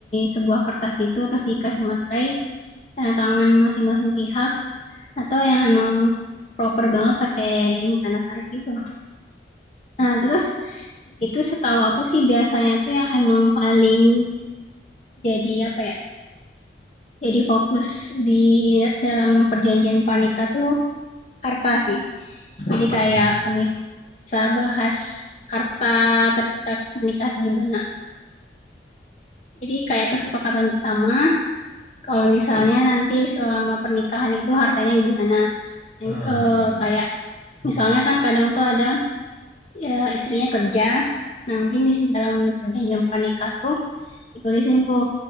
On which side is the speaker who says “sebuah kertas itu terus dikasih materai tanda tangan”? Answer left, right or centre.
Left